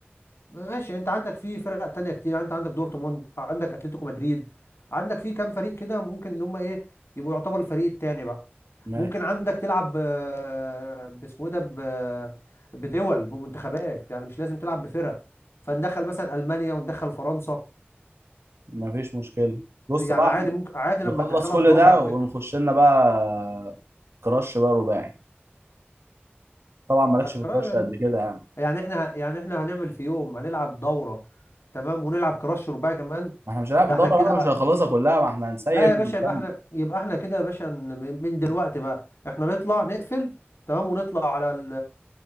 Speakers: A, on the left; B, on the right.
A: ماشي انت عندك في فرق تانية كتير يعني انت عندك دورتموند عندك اتلتيكو مدريد عندك في كام فريق كده ممكن ان هم ايه يبقوا يعتبر الفريق التاني بقى
B: ماشي
A: ممكن عندك تلعب آه، باسمه ايه ده ب- بدول بمنتخبات يعني مش لازم تلعب بفرق فندخل مثلا المانيا وندخل فرنسا
B: مفيش مشكله بص
A: يعني
B: بقى
A: عادي
B: احنا
A: ممكن عادي لما
B: نخلص
A: تدخلها
B: كل
A: في دوري
B: ده
A: على
B: ونخش
A: فكرة
B: لنا بقى كراش بقى رباعي طبعا مالكش
A: لا كرا-
B: في الكراش قد كده يعني
A: يعني احنا ه- يعني احنا هنعمل في يوم هنلعب دورة تمام ونلعب كراش رباعي كمان
B: ما احنا مش هنلعب
A: ده
B: الدورة
A: احنا كده
B: بقى
A: بقى
B: مش هنخلصها كلها ما احنا هنسيف
A: لا يا باشا
B: ونكمل
A: يبقى احنا يبقى احنا كده يا باشا ن- من دلوقتي بقى احنا نطلع نقفل تمام ونطلع على ال